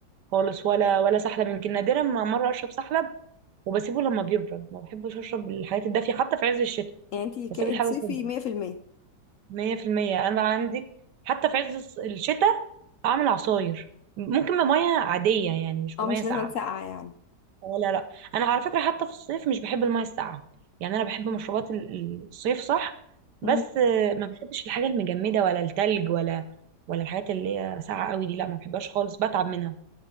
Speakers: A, on the right (about 80°); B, on the left (about 65°).
A: خالص ولا ولا سحلب يمكن نادرا ما مره اشرب سحلب وبسيبه لما بيبرد ما بحبش اشرب الحاجات الدافيه حتى في عز الشتاء
B: يعني انتي كائن
A: بسيب الحاجه
B: صيفي
A: تبرد
B: 100%
A: 100% انا عندي حتى في عز الص- الشتاء اعمل عصاير ممكن بميه عاديه يعني مش بميه
B: اه مش
A: ساقعه
B: لازم ساقعة يعني
A: لا لا انا على فكره حتى في الصيف مش بحب الميه الساقعه يعني انا بحب مشروبات ال- الصيف صح بس
B: مم.
A: آه، ما بحبش الحاجه المجمده ولا التلج ولا ولا الحاجات اللي هي ساقعه قوي دي لا ما بحبهاش خالص بتعب منها